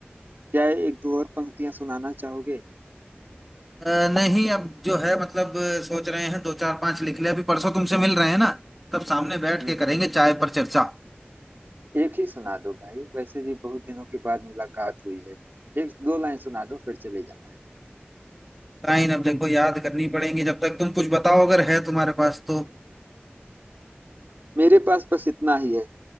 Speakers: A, on the right; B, in the centre.
A: क्या एक दो और पंक्तियां सुनाना चाहोगे
B: अ, नहीं अब जो है मतलब अ, सोच रहे हैं दो चार पांच लिख ले अभी परसों तुमसे मिल रहे हैं ना तब सामने बैठ
A: हम्म
B: के
A: हम्म।
B: करेंगे चाय पर चर्चा
A: एक ही सुना दो भाई वैसे भी बहुत दिनों के बाद मुलाकात हुई है एक दो लाइन सुना दो फिर चले जाना है
B: लाइन अब देखो याद करनी पड़ेंगी जब तक तुम कुछ बताओ अगर है तुम्हारे पास तो
A: मेरे पास बस इतना ही है